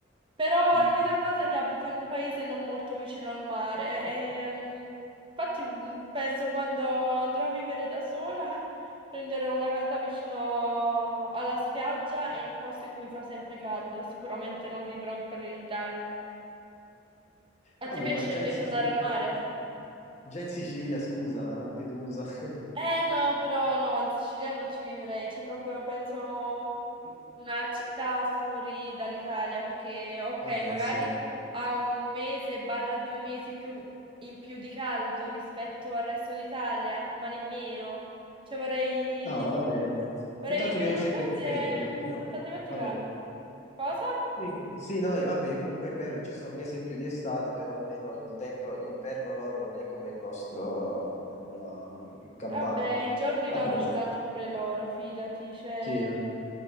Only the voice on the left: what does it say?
Mm.
Vabbè,
ma già
in Sicilia,
già in Sicilia, scusa, a Lampedusa. <laughs>
Vabbè,
sì.
No, vabbè.
Soltanto
che non
c'è
quel freddo, capito?
Vabbè.
Sì, sì, no, e vabbè, comunque è vero, ci sta un mese in più di estate, però almeno il tempo, l'inverno loro non è come il nostro eh, la- in Campania.
Vabbè,
sì,